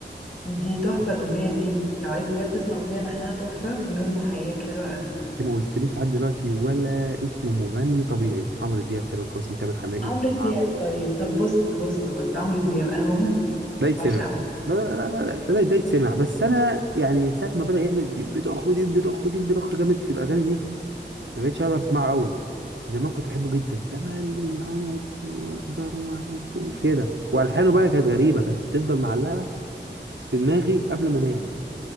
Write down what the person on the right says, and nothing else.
انت ما قلتليش لحد دلوقتي ولا اسم مغني طبيعي عمرو دياب تامر حسني تامر حماقي
نعم.
ده يتسمع
ده لا لا لا لا، ده ده يتسمع بس انا يعني من ساعه ما بدا يعمل ديب ضخ ديب ضخ ديب ضخ جامد في الاغاني دي ما بقتش اقدر اسمعه قوي زمان كنت بحبه جدا تملي معاك وما اقدر معاك كده والحانه بقى كانت غريبه كانت تفضل معلقه في دماغي قبل ما انام